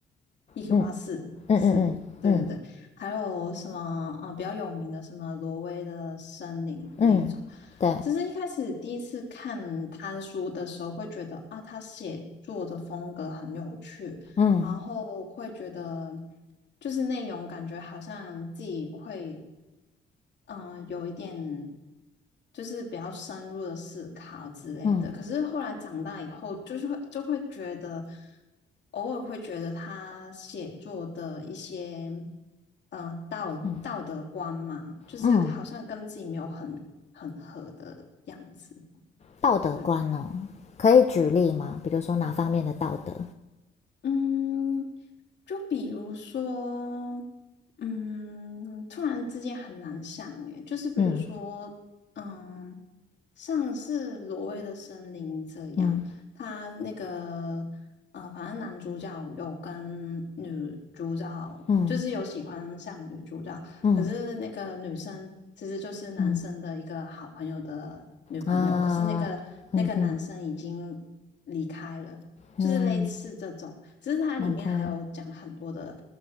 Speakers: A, on the left; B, on the left.
A: EQ
B: 嗯
A: 八四是，
B: 嗯嗯嗯嗯
A: 对对对，还有什么啊？比较有名的什么挪威的森林那一种。
B: 嗯，对，
A: 其实一开始第一次看他的书的时候，会觉得啊，他写作的风格很有趣，
B: 嗯
A: 然后会觉得就是内容感觉好像自己会嗯、呃有一点就是比较深入的思考之类的。
B: 嗯
A: 可是后来长大以后，就是会就会觉得，偶尔会觉得他写作的一些嗯、呃道道德观嘛，
B: 嗯
A: 就是好像跟自己没有很很合的样子。
B: 嗯。道德观哦，
A: 对，
B: 可以举例吗？比如说哪方面的道德？
A: 嗯，就比如说，嗯，突然之间很难想耶，就是比如说，
B: 嗯
A: 嗯，像是《挪威的森林》这样，
B: 嗯
A: 他那个，呃，反正男主角有跟女主角，
B: 嗯
A: 就是有喜欢上女主角，
B: 嗯
A: 可是那个女生其实就是男生的一个好朋友的女朋友，
B: 嗯啊嗯嗯
A: 可是那个那个男生已经离开了。
B: 嗯
A: 就是类似这种，只是它里面还有讲很多的
B: ，OK，嗯